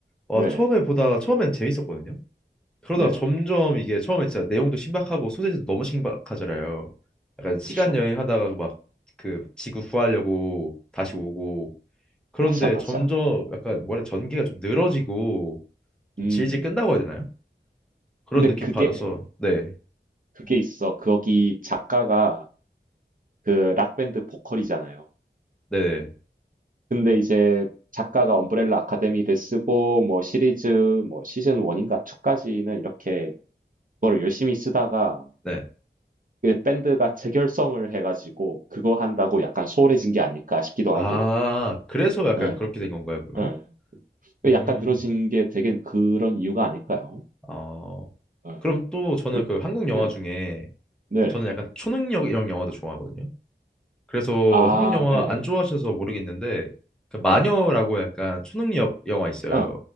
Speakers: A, in the centre; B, on the right.
A: 와
B: 네네.
A: 처음에 보다가 처음엔 재밌었거든요. 그러다가
B: 네네.
A: 점점 이게 처음에 진짜 내용도 신박하고 소재도 너무 신박하잖아요. 약간
B: 어
A: 시간
B: 그쵸.
A: 여행하다가 막 그 지구 구하려고 다시 오고
B: <laughs>
A: 그런데
B: 맞아, 맞아.
A: 점점 약간
B: 네.
A: 뭐라 전개가 좀 늘어지고 좀
B: 음.
A: 질질 끈다고 해야 되나요? 그런
B: 근데
A: 느낌
B: 그게
A: 받아서 네,
B: 그게 있어. 거기 작가가 그 락 밴드 보컬이잖아요.
A: 네, 네.
B: 근데 이제 작가가 엄브렐라 아카데미를 쓰고 뭐 시리즈 뭐 시즌 1 인가 2 까지는 이렇게 그거를 열심히 쓰다가
A: 네.
B: 그 밴드가 재결성을 해 가지고 그거 한다고 약간 소홀해진 게 아닐까 싶기도
A: 아
B: 하고.
A: 그래서 약간
B: 예.
A: 그렇게 된 건가요 그러면?
B: 예. 그
A: 음,
B: 약간 늘어진 게 되게 그런 이유가 아닐까요?
A: 어.
B: 예.
A: 그럼 또 저는
B: 그
A: 그 한국 영화
B: 네.
A: 중에
B: 네네.
A: 저는 약간 초능력 이런 영화도 좋아하거든요. 그래서
B: 아
A: 한국 영화
B: 예.
A: 안 좋아하셔서 모르겠는데 그 마녀라고
B: 네네.
A: 약간 초능력 영화 있어요.
B: 아